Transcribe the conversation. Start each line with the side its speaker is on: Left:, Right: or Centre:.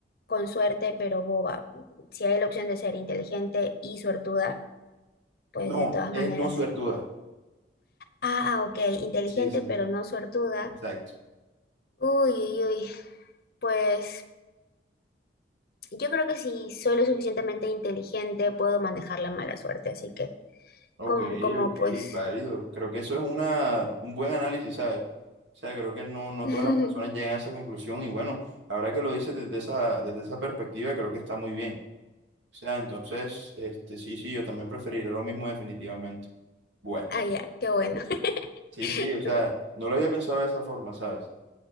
Left: con suerte pero boba? Si hay la opción de ser inteligente y suertuda, pues
Right: No,
Left: de todas
Right: es
Left: maneras.
Right: no suertuda.
Left: Ah, ah, ok, inteligente
Right: Sí, sí,
Left: pero no suertuda.
Right: exacto.
Left: Uy, uy, uy, pues yo creo que si soy lo suficientemente inteligente puedo manejar la mala suerte, así que
Right: Ok,
Left: como, como
Right: ok,
Left: pues...
Right: válido. Creo que eso es una, un buen análisis, ¿sabes? O sea, creo que no, no
Left: <laughs>
Right: todas las personas llegan a esa conclusión y bueno, ahora que lo dices desde esa, desde esa perspectiva, creo que está muy bien. O sea, entonces, este, sí, sí, yo también preferiría lo mismo definitivamente. Bueno.
Left: Ah, ya, qué bueno. <laughs>
Right: Sí, sí, o sea, no lo había pensado de esa forma, ¿sabes?